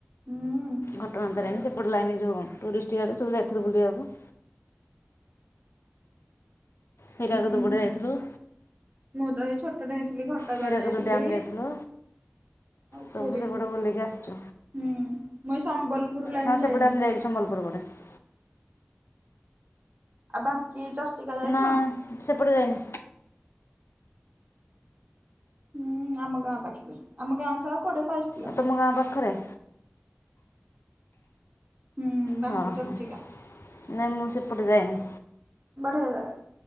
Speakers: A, on the right; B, on the left.
A: ହୁଁ
B: ଘଟଗାଁ ତାରିଣୀ ସେପଟ ଲାଇନି ଯୋଉ ଟୁରିଷ୍ଟ ଗାଡି ସବୁ ଯାଇଥିଲୁ ବୁଲିବାକୁ। ହିରାକୁଦ
A: ହୁଁ
B: ପଟେ ଯାଇଥିଲୁ।
A: ମୁଁ ତ ହେଇ ଛୋଟେ ହେଇଥିଲି ଘଟଗାଁ
B: ହୀରାକୁଦ
A: ଯାଇଥିଲି।
B: ଡ୍ୟାମ୍ ଯାଇଥିଲୁ
A: ଆଉ
B: ସବୁ
A: ପୁରି
B: ସେପଟେ ବୁଲିକି ଆସିଛୁ।
A: ହୁଁ ମୁଁ ଏଇ ସମ୍ବଲପୁର ଲାଇନି
B: ହଁ ସେପଟେ
A: ଯାଇନି।
B: ଆମେ <unintelligible>
A: ଆଉ ବାଙ୍କି ଚର୍ଚ୍ଚିକା ଯାଇଚ?
B: ନା ସେପଟେ ଯାଇନି।
A: ହୁଁ ଆମ ଗାଁ ପାଖେରେ। ଆମ ଗାଁଠୁ ଆଉ କୋଡିଏ ବାଇଶ କିଲୋମିଟର
B: ଏ ତମ ଗାଁ ପାଖରେ।
A: ହୁଁ ବାଙ୍କି
B: ହଁ
A: ଚର୍ଚିକା
B: ହଁ ନାଇଁ ମୁଁ ସେପଟେ ଯାଇନି।
A: ବଢିଆ ଜାଗା।